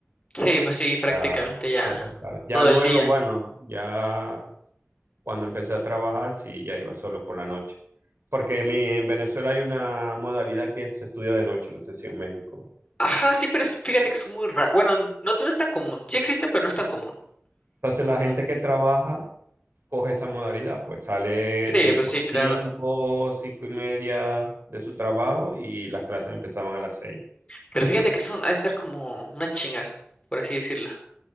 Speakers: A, on the left (about 30°); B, on the right (about 65°).
A: Sí, pues sí, prácticamente
B: Ya
A: ya
B: súper tarde. Ya
A: todo
B: luego,
A: el día.
B: bueno, ya Cuando empecé a trabajar, sí, ya iba solo por la noche. Porque mi- en Venezuela hay una modalidad que se estudia de noche, no sé si en México.
A: Ajá, sí, pero es- fíjate que es muy raro. Bueno, n- no, no es tan común. Sí existe, pero no es tan común.
B: Entonces la gente que trabaja coge esa modalidad, pues sale
A: Sí,
B: tipo
A: pues sí,
B: 5,
A: claro.
B: 5 y media de su trabajo y las clases empezaban a las 6.
A: Pero fíjate que es un, ha de ser como una chinga, por así decirlo.